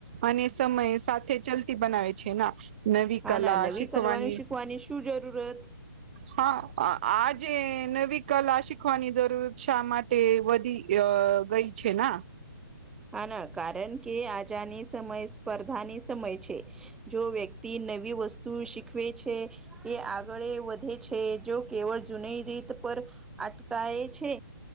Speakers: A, on the right; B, in the centre.
A: અને સમય સાથે ચલતી બનાવે છે ના. નવી
B: હા
A: કલા
B: ના નવી
A: શીખવાની
B: કલવાનું શું જરૂરત
A: હા, આ જે નવી કલા શીખવાની જરૂર શા માટે વધી અ ગઈ છે ના?
B: હા ના કારણ કે આજાની સમય સ્પર્ધાની સમય છે. જો વ્યક્તિ નવી વસ્તુ શીખવે છે એ આગળે છે જો કેવળ જૂની રીત પર અટકાય છે.